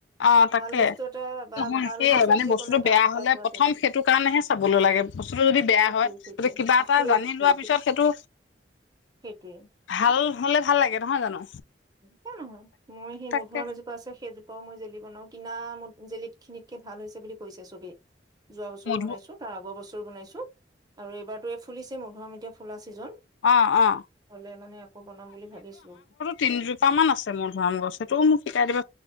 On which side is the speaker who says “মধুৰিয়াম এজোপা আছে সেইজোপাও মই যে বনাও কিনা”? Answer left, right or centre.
Right